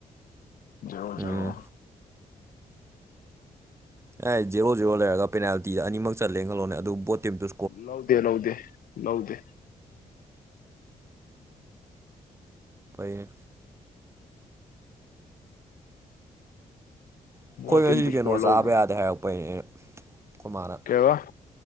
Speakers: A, on the left (about 80°); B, on the right (about 20°).
A: zero zero
B: um ꯑꯥꯏ ꯖꯦꯔꯣ ꯖꯦꯔꯣ ꯂꯩꯔꯒ ꯄꯦꯅꯥꯜꯇꯤ ꯑꯅꯤꯃꯛ ꯆꯠꯂꯦꯅ ꯈꯜꯂꯣꯅꯦ ꯑꯗꯨ ꯕꯣꯠ ꯇꯤꯝ ꯇꯨ
A: ꯂꯧꯗꯦ ꯂꯧꯗꯦ ꯂꯧꯗꯦ
B: ꯐꯩꯌꯦ ꯑꯩꯈꯣꯏ
A: ꯕꯣꯠ ꯇꯤꯝ
B: ꯉꯁꯤ
A: ꯇꯨ ꯏꯁꯀꯣꯔ
B: ꯀꯩꯅꯣ
A: ꯂꯧꯗꯦ
B: ꯆꯥꯕ ꯌꯥꯗꯦ ꯍꯥꯏꯔꯛꯄꯩꯅꯦ ꯑꯩꯈꯣꯏ ꯃꯥꯅ
A: ꯀꯩꯑꯥꯕꯥ